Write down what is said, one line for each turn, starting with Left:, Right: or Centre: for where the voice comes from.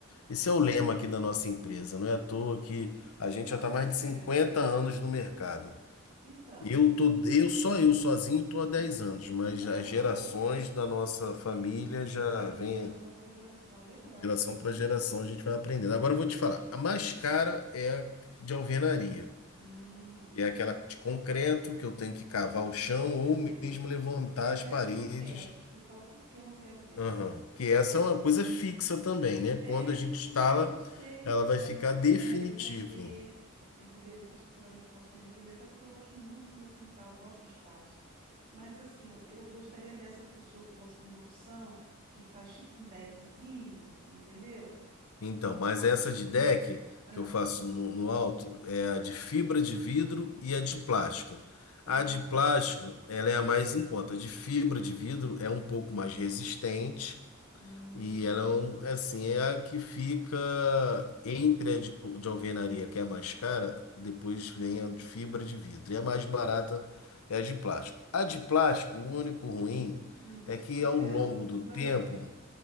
Left: Esse é o lema aqui da nossa empresa. Não é à toa que a gente
Right: Não
Left: já está
Right: tá
Left: mais
Right: certo.
Left: de 50 anos no mercado.
Right: Então,
Left: Eu tô, eu só eu sozinho tô há dez
Right: hum,
Left: anos, mas
Right: caramba,
Left: as gerações da nossa família já
Right: foi passando
Left: vêm
Right: de geração para geração, legal.
Left: Geração para geração a gente vai aprendendo. Agora eu vou te falar. A mais
Right: Hum,
Left: cara é a de alvenaria.
Right: hum,
Left: É aquela de concreto que eu tenho que cavar o chão
Right: eu
Left: ou
Right: sei.
Left: mesmo levantar
Right: É,
Left: as
Right: dessa
Left: paredes.
Right: eu não quero, vou te explicar o porquê eu não quero dessa.
Left: Aham. Que essa
Right: Eu,
Left: é uma coisa fixa também, né? Quando
Right: É
Left: a
Right: isso,
Left: gente instala,
Right: e eu não sei se
Left: ela
Right: futuramente
Left: vai ficar
Right: eu posso
Left: definitiva.
Right: me arrepender, entendeu? Não sei se futuramente eu posso me arrepender, até porque eu gosto muito do meu quintal, eu gosto de espaço. Mas assim, eu, eu gostaria dessa que o senhor falou, a segunda opção, que faz tipo um deckzinho, entendeu?
Left: Então, mas
Right: A-
Left: essa de
Right: hum,
Left: deck
Right: ah,
Left: que eu faço no, no alto é a de fibra de vidro e a de plástico.
Right: ah,
Left: A de plástico,
Right: tá.
Left: ela é a mais em conta. A de fibra de vidro é um pouco mais resistente
Right: Hum,
Left: E ela é, um- assim, é a que fica entre a de, co- de alvenaria, que é a mais cara, depois vem a de fibra de vidro. E a mais barata é a de plástico. A de plástico, o único ruim
Right: hum.
Left: é que ao
Right: Ela
Left: longo
Right: dura
Left: do tempo,
Right: menos.